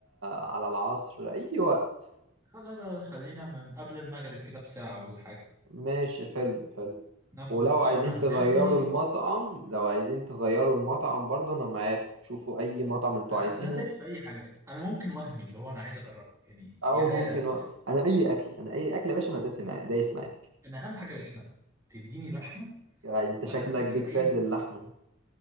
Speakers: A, on the right; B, on the right.
A: على العصر اي وقت
B: لا لا لا خلينا من قبل المغرب كده بساعة ولا حاجة
A: ماشي حلو حلو
B: ناخد
A: ولو
B: السهرة
A: عايزين
B: هناك
A: تغيروا
B: ونيجي
A: المطعم لو عايزين تغيروا المطعم برضو انا معاكم شوفوا اي مطعم انتوا
B: لا
A: عايزينه
B: انا دايس في اي حاجه انا ممكن وهمي اللي هو انا عايز اجربه يعني
A: او
B: يا ده
A: ممكن
B: يا ده
A: و... انا اي اكل انا اي اكل يا باشا انا دايس معاك دايس معاك
B: انا اهم حاجه اللحمه تديني لحمه
A: يعني انت
B: واهم
A: شكلك
B: حاجه
A: بيج
B: بقى ايه
A: فان للحمه